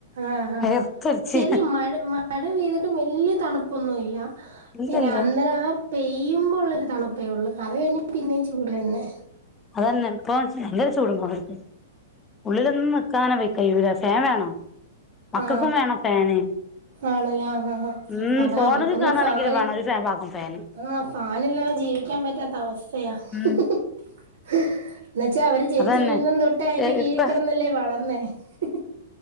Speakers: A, on the right; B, on the left.
A: ആ ഹാ
B: വേർത്തൊലിച്ച്
A: ഹാ ശരി മഴ മഴ പെയ്തിട്ടും വലിയ തണുപ്പ പൊന്നു ഇല്ല
B: ഇല്ലല്ല
A: പിന്നെ അന്നേരാ ആ പെയ് യ്യുമ്പോൾ ഉള്ള ഒരു തണുപ്പേ ഉള്ള് അത് കഴിഞ്ഞ് പിന്നേം ചൂട് തന്നെ
B: <unintelligible> നല്ലൊരു ചൂടുംപൊകെട്ക്ണ് ഉള്ളിലൊന്നും നിക്കാനെ വെയ് കയ്യൂല ഫേൻ വേണം മക്കൾക്കും
A: ആ
B: വേണം ഫാന്
A: ആണ്ലെ ആ ഹാ ഹാ
B: ഉം
A: അതാ
B: ഫോണില്
A: അവർക്കൊന്നും
B: കാണാണെങ്കിലും
A: ഫാൻ
B: വേണം ഒരു ഫാൻ പാകം ഫാന്
A: ആ ഫാന്ല്ലാതെ ജീവിക്കാൻ പറ്റാത്ത അവസ്ഥയാ <unintelligible>
B: ഉം
A: എന്ന്ച്ചാ അവര് ജനിച്ചു
B: അതന്നെ
A: വീഴുന്ന തൊട്ടേ അയിന്റെ കീഴ്
B: ഇപ്പ
A: കെടന്നല്ലേ വളർന്നേ ഹി ഹി